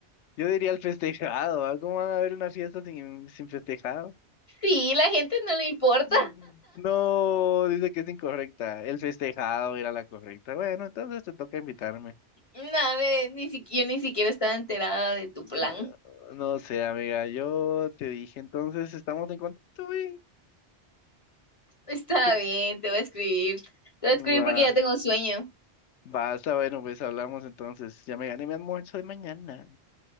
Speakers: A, on the left; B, on the left.
A: Yo diría el festejado. ¿ah? ¿Cómo van a haber una fiesta sin, sin festejado?
B: Sí, la gente no le importa.
A: Mm. No, dice que es incorrecta. El festejado era la correcta. Bueno, entonces te toca invitarme.
B: No, ve, ni siquiera yo ni siquiera estaba enterada de tu plan.
A: Ah, No sé, amiga, yo te dije, entonces estamos en contacto, güey.
B: <laughs> Está
A: Yo-
B: bien, te voy a escribir. Te voy a escribir
A: Va,
B: porque ya tengo sueño.
A: basta, bueno, pues hablamos entonces. Ya me gané mi almuerzo de mañana.